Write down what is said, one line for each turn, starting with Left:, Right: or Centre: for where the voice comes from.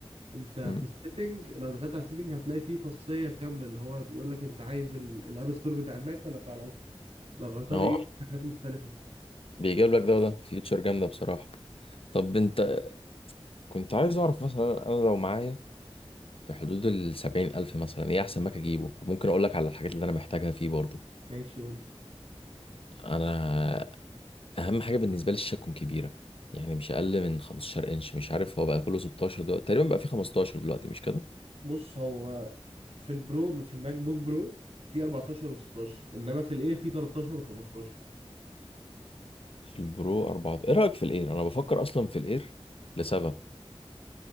Right: انت
Left: مم.
Right: في السيتنج لو دخلت على السيتنج هتلاقي فيه خاصيه كامله اللي هو بيقول لك انت عايز ال- الاب ستور بتاع الماك ولا بتاع الايفون لو غيرتها
Left: أهو
Right: بيجيب لك حاجات مختلفه
Left: بيجيب لك ده وده فيتشر جامدة بصراحة طب أنت كنت عايز أعرف مثلا أنا لو معايا في حدود السبعين ألف مثلا إيه أحسن ماك أجيبه ممكن أقول لك على الحاجات اللي أنا محتاجها فيه برضه
Right: ماشي قول لي
Left: أنا اهم حاجه بالنسبه لي الشاشه تكون كبيره يعني مش اقل من 15 انش مش عارف هو بقى كله 16 دلوقتي تقريبا بقى في 15 دلوقتي مش كده
Right: بص هو في البرو في الماك بوك برو في 14 و16 انما في الاير في 13 و15
Left: في البرو 4 ايه رايك في الاير انا بفكر اصلا في الاير لسبب